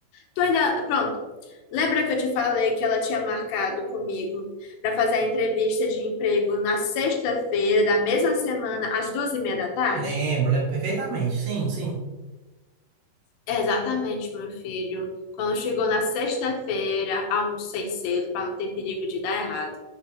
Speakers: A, on the left (about 75°); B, on the right (about 60°).
A: Tu ainda. Pronto. Lembra que eu te falei que ela tinha marcado comigo para fazer a entrevista de emprego na sexta-feira da mesma semana, às duas e meia da tarde?
B: Lembro, lembro perfeitamente. Sim, sim.
A: Exatamente, meu filho. Quando chegou na sexta-feira, almocei cedo para não ter perigo de dar errado.